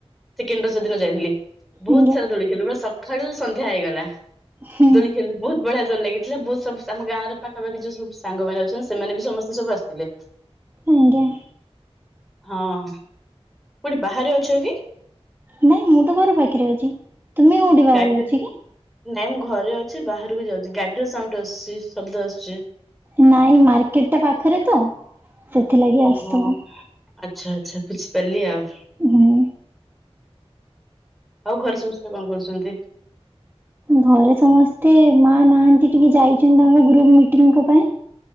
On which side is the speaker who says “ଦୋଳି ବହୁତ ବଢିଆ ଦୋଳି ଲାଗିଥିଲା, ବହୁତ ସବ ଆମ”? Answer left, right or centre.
Centre